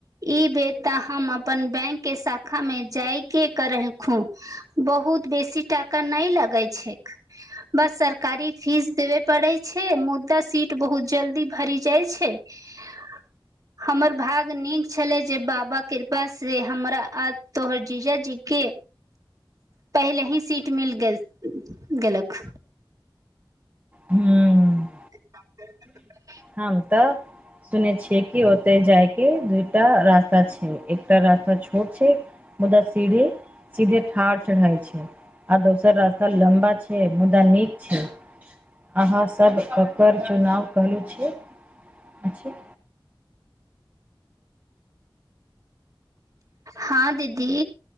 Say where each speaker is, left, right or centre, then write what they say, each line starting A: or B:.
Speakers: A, on the right; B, on the right.
A: ई बेर तऽ हम अपन बैंक के शाखा मे जाई के कऽ रहम खूम। बहुत बेसी टाका नहि लगै छैक। बस सरकारी फीस देबे पड़ै छै, मुदा सीट बहुत जल्दी भरि जाइ छै। <inaudible> हमर भाग नीक छलै जे, बाबा कृपा से हमरा आ तोहर जीजाजी के पहिले ही सीट मिल गेल-गेलक।
B: हूँ
A: <unintelligible>
B: हम तऽ सुने छिय कि, ओते जाय के दूइटा रास्ता छै, एकटा रास्ता छु छोट छै मुदा सीढ़ी सीधे ठाढ़ चढ़ाय छै। आ दोसर रास्ता लम्बा छै मुद्दा नीक छै। अहाँसब ककर चुनाव कहलु छियै अछि।
A: हाॅं दीदी